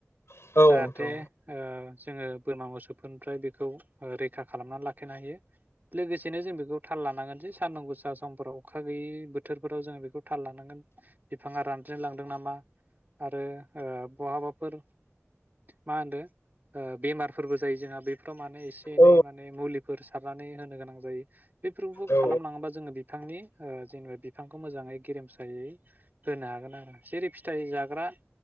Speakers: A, on the left; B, on the right.
A: औ
B: जाहाथे
A: नोंथां
B: ओ जोङो बोरमा मोसौफोरनिफ्राय बेखौ ओ रैखा खालामनानै लाखिनो हायो लोगोसेनो जों बेखौ थाल लानांगोन जे सानदुं गोसा समफोराव अखा गैयि बोथोरफोराव जोङो बेखौ थाल लानांगोन बिफाङा रानज्रेद लांदों नामा आरो ओ बहाबाफोर मा होनदो ओ बेमार फोरबो जायो जोंहा बेफोराव माने नै एसे एनै
A: औ
B: माने मुलिफोर सारनानै होनो गोनां जायो। बेफोरखौ
A: औ
B: खालामलाङोबा जोङो बि बि ओ जेनेबा बिफांखौ मोजाङै गेरेमसायै होनो हागोन आरो। जेरै फिथाइ जाग्रा